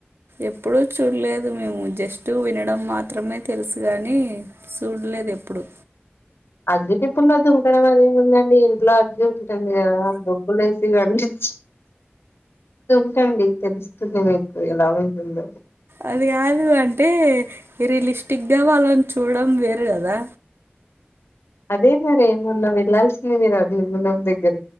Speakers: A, on the right (about 70°); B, on the left (about 90°).
A: ఎప్పుడూ చూడలేదు మేము జస్ట్ వినడం మాత్రమే తెలుసు కానీ సుడల్లేదు ఎప్పుడు
B: అగ్గినిప్పుల్లో దుంకడం అదేమిందండి ఇంట్లో అగ్గి ఉంటది కదా బొగ్గులు వేసి అంటించి దుంకండి తెలుస్తుంది మీకు ఎలా ఉంటుందో
A: అది కాదు అంటే రిలిస్టిక్ గా వాళ్ళని చూడడం వేరు కదా
B: అదే మరి మోన్నా వెళ్ళాల్సింది మీరు అది గుండం దగ్గర